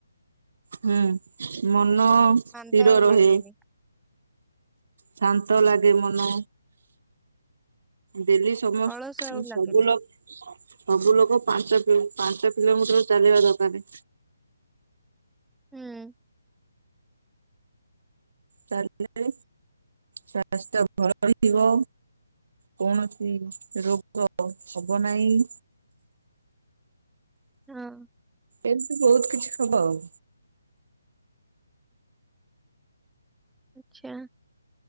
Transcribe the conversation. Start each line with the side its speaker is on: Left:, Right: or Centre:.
Right: ହୁଁ
Centre: ହଁ
Right: ମନ ସ୍ଥିର
Centre: ମାନ୍ଦା ଆଉ
Right: ରହେ
Centre: ଲାଗେନି।
Right: ଶାନ୍ତ ଲାଗେ ମନ। ଡେଲି ସମସ୍ତ୍
Centre: ଅଳସ ଆଉ ଲାଗେନି।
Right: ସବୁ ଲୋକ ସବୁ ଲୋକ ପାଞ୍ଚ କି ପାଞ୍ଚ କିଲୋମିଟର ଚାଲିବା ଦରକାର।
Centre: ହୁଁ।
Right: ତାଲେ ସ୍ୱାସ୍ଥ୍ୟ ଭଲଥିବ। କୌଣସି ରୋଗ ହବ ନାହିଁ।
Centre: ହଁ।
Right: ଏମିତି ବହୁତ କିଛି ହବ ଆଉ।
Centre: ଆଚ୍ଛା।